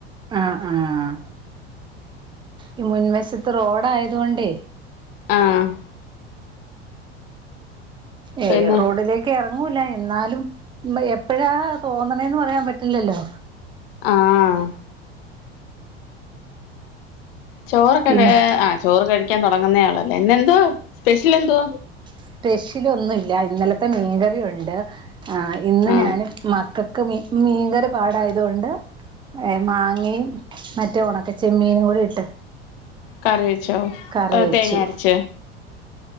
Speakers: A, on the right; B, on the left.
A: ആഹ് ആഹ് ഈ മുൻവശത്ത് റോഡായത് കൊണ്ടേ
B: ആഹ്
A: ഏയ്
B: പിന്നെ
A: റോഡിലേക്ക് ഇറങ്ങൂല എന്നാലും എപ്പഴാ തോന്നണേന്ന് പറയാൻ പറ്റില്ലല്ലോ
B: ആഹ് ചോറൊക്കെ
A: പിന്നെ
B: ആഹ് ചോറ് കഴിക്കാൻ തുടങ്ങുന്ന ആളല്ലേ ഇന്നെന്തോ സ്പെഷ്യൽ എന്തോ
A: സ്പെഷ്യല് ഒന്നും ഇല്ല ഇന്നലത്തെ മീൻകറിയ ഉണ്ട് ആ ഇന്ന്
B: ആഹ്
A: ഞൻ മക്കൾക്ക് മീങ്കര് പാടായ അതുകൊണ്ട് മാങ്ങയും മറ്റേ ഒണക്കെ ചെമ്മീനും കൂടി ഇട്ട്
B: കറി വെച്ചോ
A: കറി
B: അ
A: വെച്ചു
B: തേങ്ങ അരച്ച